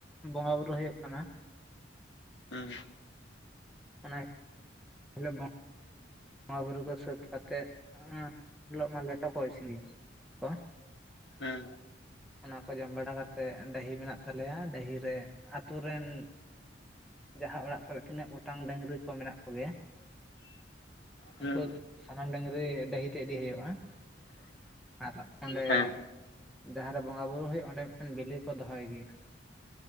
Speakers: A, in the centre; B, on the left (about 70°).
A: ᱵᱚᱸᱜᱟ ᱵᱩᱨᱩ ᱦᱳᱭᱳᱜ ᱠᱟᱱᱟ᱾
B: ᱦᱩᱸ᱾
A: ᱚᱱᱟ ᱦᱮᱞᱳ ᱵᱚᱝ ᱵᱚᱸᱜᱟ ᱵᱩᱨᱩ ᱠᱚ ᱥᱟᱹᱛ ᱠᱟᱛᱮᱜ, ᱩᱱ ᱦᱤᱞᱳᱜ ᱢᱟ ᱞᱮᱴᱚ ᱠᱚ ᱤᱥᱤᱱ ᱦᱩᱭᱩᱜᱼᱟ᱾ ᱠᱚ
B: ᱦᱮᱸ᱾
A: ᱚᱱᱟ ᱠᱚ ᱡᱚᱢ ᱵᱟᱲᱟ ᱠᱟᱛᱮᱜ ᱰᱟᱹᱦᱤ ᱢᱮᱱᱟᱜ ᱛᱟᱞᱮᱭᱟ ᱰᱟᱹᱦᱤᱨ ᱨᱮ ᱟᱛᱳ ᱨᱮᱱ ᱡᱟᱦᱟᱸ ᱚᱲᱟᱜ ᱠᱚᱨᱮ ᱛᱤᱱᱟᱹᱜ ᱜᱚᱴᱟᱝ ᱰᱟᱝᱨᱤ ᱠᱚ ᱢᱮᱱᱟᱜ ᱠᱚᱜᱮᱭᱟ
B: ᱦᱩᱸ
A: ᱩᱱᱠᱩ ᱥᱟᱱᱟᱢ ᱰᱟᱝᱨᱤ ᱰᱟᱹᱦᱤ ᱛᱮ ᱤᱫᱤ ᱦᱳᱭᱳᱜᱼᱟ ᱟᱨ ᱚᱸᱰᱮ
B: ᱦᱮᱸ
A: ᱡᱟᱦᱟᱸᱨᱮ ᱵᱚᱸᱜᱟ ᱵᱩᱨᱩ ᱦᱳᱭᱳᱜᱼᱟ ᱚᱸᱰᱮ ᱢᱤᱫᱴᱮᱱ ᱵᱮᱞᱮ ᱠᱚ ᱫᱚᱦᱚᱭ ᱜᱤᱭᱟ